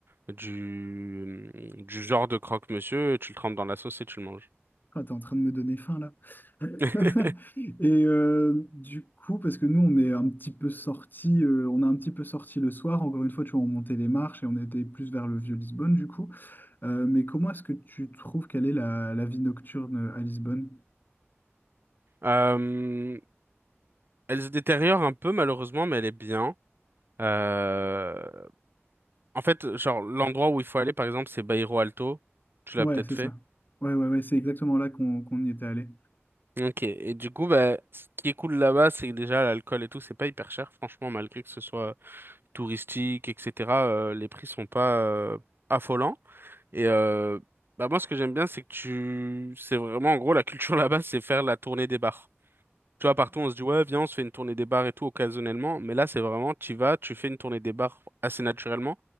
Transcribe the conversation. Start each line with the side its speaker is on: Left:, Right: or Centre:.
Right: du... du genre de croque-monsieur, tu le trempes dans la sauce et tu le manges.
Left: Ah, t'es en train de me donner faim là. <laughs>
Right: <laughs>
Left: Et euh, du coup, parce que nous, on est un petit peu sortis, euh, on a un petit peu sorti le soir. Encore une fois, tu vois, on montait les marches et on était plus vers le vieux Lisbonne, du coup. Euh, mais comment est-ce que tu trouves qu'elle est la, la vie nocturne à Lisbonne?
Right: Euh, Elle se détériore un peu malheureusement, mais elle est bien. Euh, En fait, genre l'endroit où il faut aller, par exemple, c'est Bairro Alto. Tu
Left: Ouais,
Right: l'as peut-être
Left: c'est
Right: fait.
Left: ça. Ouais, ouais, ouais, c'est exactement là qu'on qu'on y était allé.
Right: Ok. Et du coup, bah, ce qui est cool là-bas, c'est que déjà l'alcool et tout, c'est pas hyper cher. Franchement, malgré que ce soit touristique, etc., euh, les prix sont pas euh, affolants. Et euh, bah moi, ce que j'aime bien, c'est que tu, c'est vraiment en gros la culture <laughs> là-bas, c'est faire la tournée des bars. Tu vois, partout, on se dit, ouais, viens, on se fait une tournée des bars et tout occasionnellement. Mais là, c'est vraiment, tu vas, tu fais une tournée des bars assez naturellement